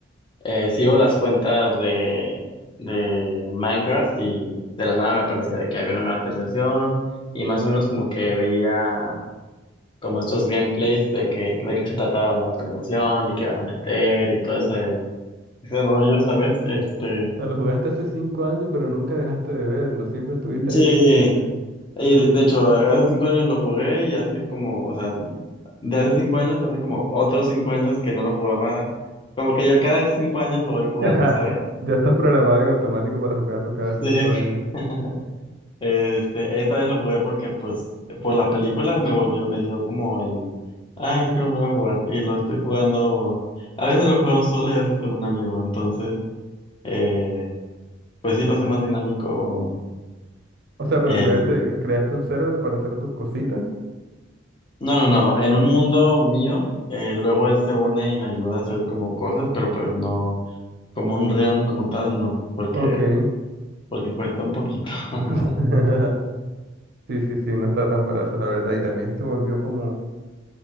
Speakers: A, on the left; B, on the right.
A: eh, sigo las cuentas de, de Minecraft y de la nada me aparecía de que había una nueva actualización y más o menos como que veía... como estos gameplays de que, de qué se trataba la nueva actualización y qué van a meter y todo ese, ese rollo, ¿sabes? Este,
B: sea, lo jugaste hace cinco años, pero nunca dejaste de verlo. Siempre estuviste
A: sí,
B: ahí pendiente.
A: y de, de hecho, hace cinco años lo jugué y hace como, o sea, de hace cinco años, hace como otros cinco años que no lo jugaba, como que yo cada cinco años lo voy jugando,
B: <laughs>
A: ¿sabes?
B: Ya estás programado en automático para jugarlo cada
A: Sí.
B: cinco años.
A: <laughs> Este, esta vez lo jugué porque, pues, por la película me volvió, me dio como el, ay, lo quiero volver a jugar. Y lo estoy jugando, a veces lo juego solo y a veces con un amigo. Entonces, eh, pues sí lo hace más dinámico
B: O sea, pero
A: el,
B: creaste, creaste un server para hacer tus cositas.
A: no, no, no, en un mundo mío, eh, luego él se une y me ayuda a hacer como cosas, pero pues no, como un realm como tal, no, porque,
B: Ok.
A: porque cuesta un poquito. <laughs>
B: <laughs> Sí, sí, sí, no está tan barato, la verdad. Y también se volvió como,